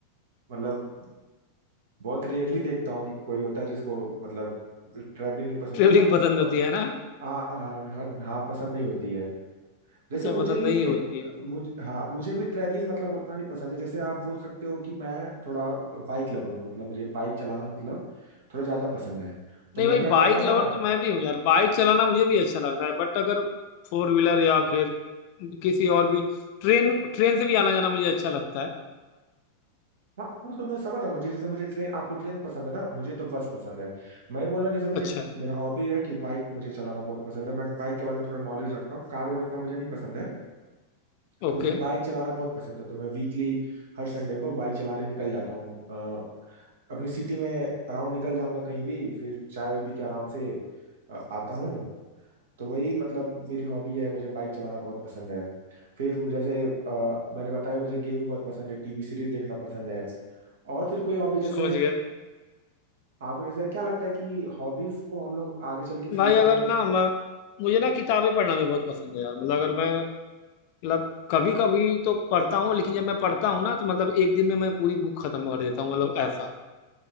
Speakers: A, on the right; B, on the left.
A: मतलब बहुत रेयरली देखता हूँ कि कोई होता है जिसको मतलब ट्रैवलिंग नहीं पसंद
B: ट्रेवलिंग
A: होता मतलब
B: पसंद होती
A: अ,
B: है ना
A: हाँ हाँ हाँ हाँ, पसंद नहीं होती है जैसे
B: अच्छा
A: मुझे
B: पसंद
A: भी
B: नहीं होती है
A: मुझ हाँ मुझे भी ट्रैवलिंग मतलब उतना नहीं पसंद है जैसे आप बोल सकते हो कि मैं थोड़ा बाइक लवर हूँ मतलब मुझे बाइक चलाना मतलब थोड़ा ज्यादा पसंद है तो
B: नहीं
A: मैं
B: भाई
A: क्या करता
B: बाइक
A: हूँ
B: लवर
A: ना
B: तो मैं भी हूँ यार बाइक चलाना मुझे भी अच्छा लगता है बट अगर फोर व्हीलर या फिर किसी और भी ट्रेन ट्रेन से भी आना जाना मुझे अच्छा लगता है
A: हाँ वो सब मैं समझ रहा हूँ मुझे जैसे मुझे ट्रेन आपको ट्रेन पसंद है ना मुझे तो बस पसंद है मैं ये बोल रहा हूँ जैसे मुझे
B: अच्छा
A: मेरा हॉबी है कि बाइक मुझे चलाना बहुत पसंद है मैं बाइक के बारे में थोड़ा नॉलेज रखता हूँ कार और उतना मुझे नहीं पसंद है तो
B: ओके
A: मुझे बाइक चलाना बहुत पसंद है तो मैं वीकली हर संडे को बाइक चलाने निकल जाता हूँ अ, अपनी सिटी में अराउंड निकल जाऊंगा कहीं भी फिर चाय वाय पी के आराम से अ, आता हूँ तो वही मतलब मेरी हॉबी है मुझे बाइक चलाना बहुत पसंद है फिर मुझे- जैसे अ, मैंने बताया मुझे गेमिंग बहुत पसंद है टीवी सीरीज देखना पसंद है और फिर कोई हॉबी जैसे
B: समझ गया
A: आपको जैसे क्या लगता है कि हॉबीज को हम लोग आगे चल के फ्यूचर
B: भाई अगर
A: में
B: ना मैं मुझे ना किताबें पढ़ना भी बहुत पसंद है यार मतलब अगर मैं मतलब कभी कभी तो पढ़ता हूँ लेकिन जब मैं पढ़ता हूँ ना तो मतलब एक दिन में मैं पूरी बुक खत्म कर देता हूँ मतलब ऐसा